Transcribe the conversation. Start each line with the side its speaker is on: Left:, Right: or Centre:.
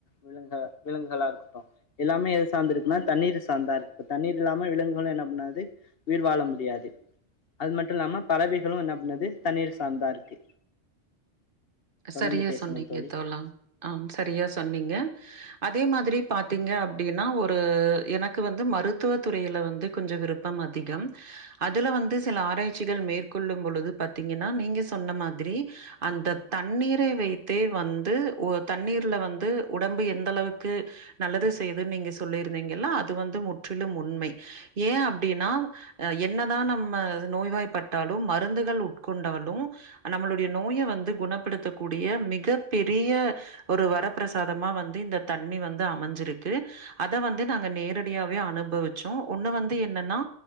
Left: விலங்கு விலங்குகளா இருக்கட்டு எல்லாமே எது சாந்து இருக்குனா தண்ணீர சாந்துதா இருக்கு இப்ப தண்ணீர் இல்லாம விலங்குகளு என்ன பண்ணாது உயிர் வாழ முடியாது அது மட்டுல்லாம பறவைகளு என்ன பண்ணது தண்ணீர சாந்தா இருக்கு தொடர்ந்து
Right: சரியா
Left: பேசுங்கள்
Right: சொன்னீங்க
Left: தோழி
Right: தோழா ஆம் சரியா சொன்னீங்க அதே மாதிரி பா த்தீங்க அப்டின்னா ஒரு எனக்கு வந்து மருத்துவ துறையில வந்து கொஞ்சொ விருப்பம் அதிகம் அதுல வந்து சில ஆராய்ச்சிகள் மேற்கொள்ளும் பொழுது பாத்தீங்கன்னா நீங்க சொன்ன மாதிரி அந்த தண்ணீரை வைத்தே வந்து ஒ தண்ணீர்ல வந்து உடம்பு எந்தளவுக்கு நல்லது செய்துன் நீங்க சொல்லிருந்திங்கல்ல அது வந்து முற்றிலும் உண்மை ஏ அப்டின்னா என்னதா நம்ம நோய்வாய்பாட்டாலு மருந்துகள் உட்கொண்டாலு நம்மளுடைய நோய வந்து குண ப்படுத்தக்கூடிய மிகப் பெரிய ஒரு வரப்பிரசாதமா வந்து இந்த தண்ணி வந்து அமஞ்சிருக்கு அத வந்து நாங்க நேரடியாவே அனுபவிச்சோ ஒன்னு வந்து என்னன்னா